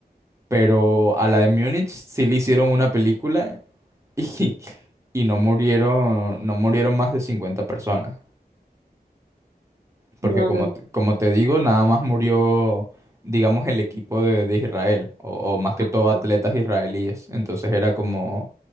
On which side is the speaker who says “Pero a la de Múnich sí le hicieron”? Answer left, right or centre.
Right